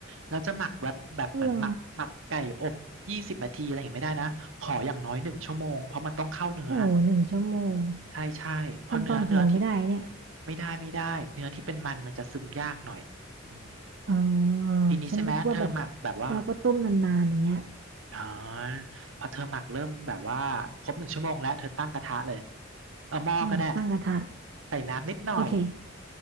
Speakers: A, on the right; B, on the right.
A: แล้วจะหมักแบบแบบเหมือนหมักหมักไก่อบยี่สิบนาทีอะไรอย่างเงี้ยไม่ได้นะขออย่างน้อยหนึ่งชั่วโมงเพราะมันต้องเข้าเนื้อ
B: เหรอโอ้โหหนึ่งชั่วโมง
A: ใช่ใช่เพราะเนื้อเนื้อที่เป็น
B: ทำตอนหิวไม่ได้เนี่ย
A: ไม่ได้ไม่ได้เนื้อที่เป็นมันมันจะซึมยากหน่อยอืม
B: อ๋อ
A: ทีนี้ใช่ไหมเธอหมักแบบว่า
B: ฉันนึกว่าแบบเราก็ต้มนานๆอย่างเงี้ย
A: อ๋อพอเธอหมักเริ่มแบบว่าครบหนึ่งชั่วโมงแล้วเธอตั้งกระทะเลยเอาหม้อก็ได้
B: อืมตั้งกระทะ
A: ใส่น้ำนิดหน่อย
B: โอเค